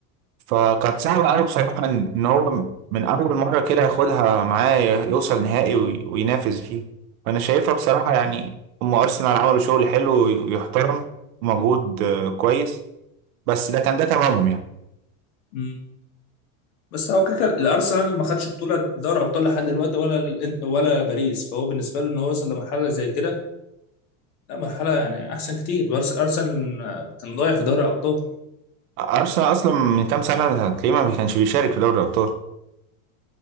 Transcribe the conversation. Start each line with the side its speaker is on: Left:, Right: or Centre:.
Right: فكانت صعبه قوي بصراحه ان إن هو من اول مره كده ياخدها معاه ي- يوصل نهائي وي- وينافس فيه فانا شايفها بصراحه يعني هم ارسنال عملوا شغل حلو ويحترم ومجهود آه، كويس بس ده كان ده تمامهم يعني
Left: مم. بس هو كده كده الارسنال ما خدش بطوله دوري ابطال لحد دلوقتي ولا الإن- ولا باريس فهو بالنسبه له ان هو وصل لمرحله زي كده لا مرحله يعني احسن كتير باريس ارسنال آه، كان ضايع في دوري ابطال
Right: أرسنال أصلا من كام سنة هتلاقيه ما كانش بيشارك في دوري الأبطال